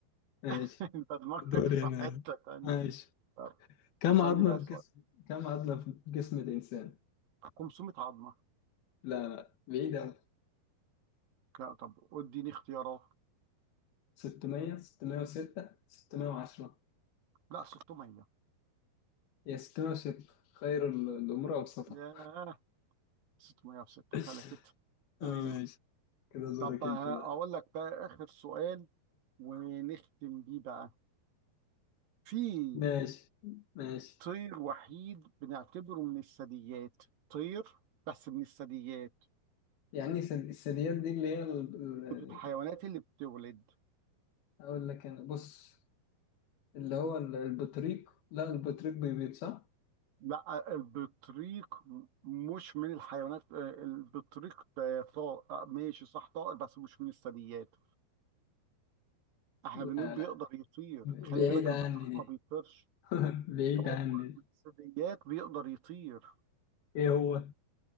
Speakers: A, on the left; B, on the right.
A: ماشي
B: <laughs> انت دماغك
A: دوري
B: في
A: أنا
B: حتة تانية
A: ماشي
B: طب
A: كم
B: اسألني
A: عظمة
B: بقى سؤال
A: في جسم كم عظمة في جسم الإنسان؟
B: 500 عظمة
A: لا لا بعيد أوي
B: لا طب اديني اختيارات
A: 600 606 610
B: لا 600
A: هي 606 خير ال- الأمور أوسطها
B: ياه 600 في 6
A: <laughs>
B: فلتت تمام
A: اه ماشي كده دورك
B: طب ه-
A: انت بقى
B: اقول لك بقى اخر سؤال ونختم بيه بقى في
A: ماشي ماشي
B: طير وحيد بنعتبره من الثدييات طير بس من الثدييات
A: يعني سد- الثدييات دي اللي هي ال... ال-
B: من الحيوانات اللي بتولد
A: اقول لك انا بص اللي هو ال- البطريق لا البطريق بيبيض صح؟
B: لا البطريق مش من الحيوانات آه، البطريق ده طائر آه، ماشي صح طائر بس مش من الثدييات احنا
A: لا
B: بنقول
A: لا
B: بيقدر يطير
A: بعيد
B: خلي بالك
A: عني
B: البطريق
A: دي
B: ما بيطيرش
A: <laughs> بعيد
B: طائر
A: عني دي.
B: من الثدييات بيقدر يطير
A: ايه هو؟